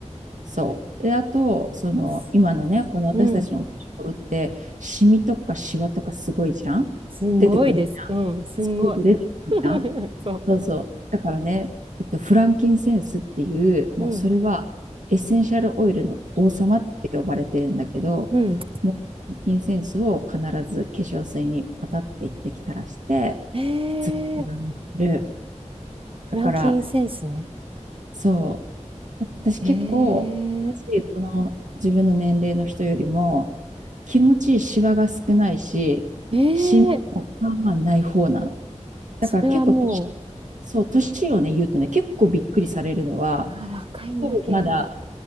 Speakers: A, on the right; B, on the right.
A: そう。で、あと、その、
B: そ
A: 今のね、この私たちのお年頃って、
B: ううん。
A: シミとかシワとかすごいじゃん出てくるじゃん。
B: すごいです。うん。すんごい。
A: すごく出てくるじゃん
B: <laughs> そ
A: そうそう。だからね、えっと、フランキンセンスっていう、もうそれはエッセンシャルオイルの王様って呼ばれてるんだけど、
B: う。うん。うん。
A: もう、フランキンセンスを必ず化粧水にパタっていってきたらして、
B: へ
A: いつも塗る。
B: え。フランキンセンスね。
A: だから、そう。私結構、
B: へ
A: こ
B: え。
A: の自分の年齢の人よりも、気持ちいいシワが少ないし、
B: え
A: シミもまあまあない方なの。
B: え。
A: だから結構年、
B: それはもう、
A: そう、年をね、言うとね、結構びっくりされるのは、
B: あ、若いんだ、
A: 多分まだ、
B: けイさん。